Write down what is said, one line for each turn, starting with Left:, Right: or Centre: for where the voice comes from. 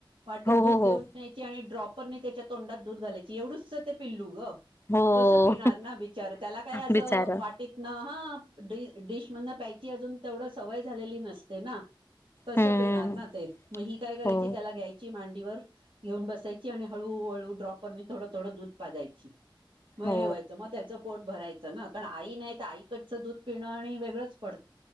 Right: वाटीत
Left: हो
Right: दूध
Left: हो
Right: घेऊन
Left: हो
Right: यायची आणि ड्रॉप परने त्याच्या तोंडात दूध घालायची, एवढूस ते पिल्लू गं
Left: हो
Right: कस पिणार ना बिचार, त्याला काय अस
Left: बिचारा
Right: अ वाटीत न अहप डी डिश मधनं प्यायची अजून तेवढ सवय झालेली नसते ना कस
Left: हम्म
Right: पिणार ना ते, मग ही काय करायची
Left: हो
Right: त्याला घ्यायची मां वर घेऊन बसायची हळू हळू ड्रॉपरनी थोड थोड दूध पाजायची. म हे
Left: हो
Right: वायचं, मग त्याचं पोट भराय चना कन आई नाई त आईकडचं दूध पिणं आणि वेगळंच पड